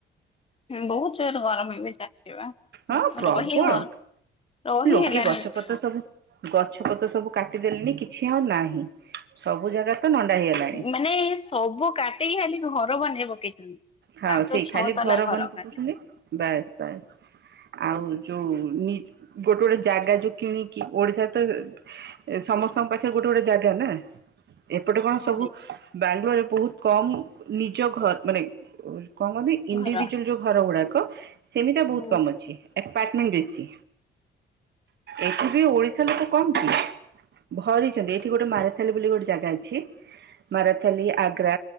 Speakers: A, on the left; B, on the right.
A: ହୁଁ ବୋହୁତ ଜୋରେ ଗରମ ଏବେ ଚାଲିଚି ବା।
B: ହଁ ପ୍ରବଳ
A: ରହି ହ ରହି
B: ଲୋକେ
A: ହେଲାନି
B: ଗଛପତ୍ର
A: ଏଥରକ।
B: ସବୁ ଗଛ ପତ୍ର ସବୁ କାଟିଦେଲେଣିି କିଛି ଆଉ ନାହିଁ ସବୁ ଜାଗା ତ ନଣ୍ଡା ହେଇଗଲାଣି
A: ମାନେ ସବୁ କାଟିକି ଖାଲି ଘର ବନେଇ ପକେଇଚନ୍ତି।
B: ହଁ
A: ପାଞ୍ଚ
B: ସେଇ
A: ଛଅ
B: ଖାଲି
A: ତାଲା ଘର
B: ବନି ପକଉଛନ୍ତି
A: ଖାନେ।
B: ବାସ୍ ବାସ୍। ଆଉ ଯୋଉ ନି ଗୋଟେ ଗୋଟେ ଜାଗା ଯୋଉ କିଣିକି ଓଡିଶା ତ ସମସ୍ତଙ୍କ ପାଖରେ ଗୋଟେ ଗୋଟେ ଜାଗା ନା ଏପଟେ କଣ
A: ହୁଁ
B: ସବୁ ବାଙ୍ଗଲୋରରେ ବୋହୁତ କମ ନିଜ ଘର ମାନେ କଣ କହନ୍ତି ଇଣ୍ଡିଭିଜୁଆଲ
A: ଘର।
B: ଯୋଉ ଘର ଗୁଡାକ ସେମିତିଆ ବହୁତ
A: ହୁଁ
B: କମ୍ ଅଛିଏପାର୍ଟମେଣ୍ଟ ବେଶୀ। ଏଠିବି ଓଡ଼ିଶ ଶା ଲୋକ କମ୍ କି ଭରିଚନ୍ତି ଏଠି ଗୋଟେ ମାରେଥାଲି ବୋଲି ଗୋଟେ ଜାଗା ଅଛି। ମାରାଥାଲି ଆଗ୍ରା